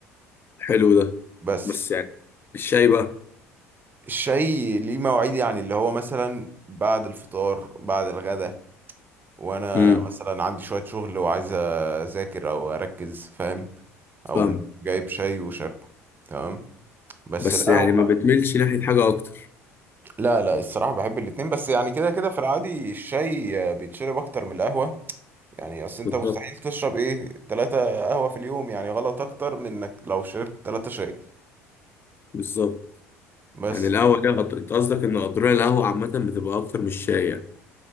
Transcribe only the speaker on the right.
بس
الشاي ليه مواعيد يعني اللي هو مثلا بعد الفطار بعد الغدا وانا
مثلا عندي شوية شغل وعايز اذاكر او اركز فاهم
او جايب شاي وشاربه تمام بس
القهوة
لا لا الصراحة بحب الاتنين بس يعني كده كده في العادي الشاي بيتشرب أكتر من القهوة يعني أصل أنت
مستحيل تشرب إيه تلاتة قهوة في اليوم يعني غلط أكتر من إنك لو شربت تلاتة شاي
بس